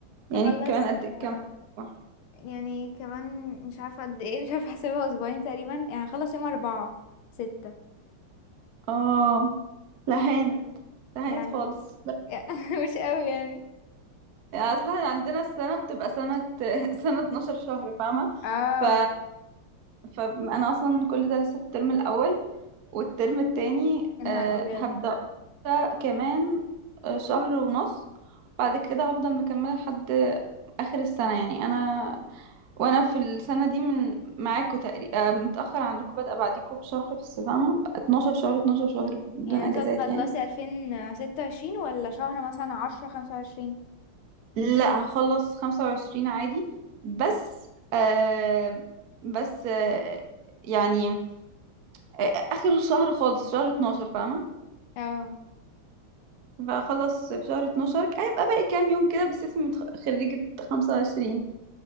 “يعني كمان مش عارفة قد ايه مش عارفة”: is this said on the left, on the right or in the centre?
Left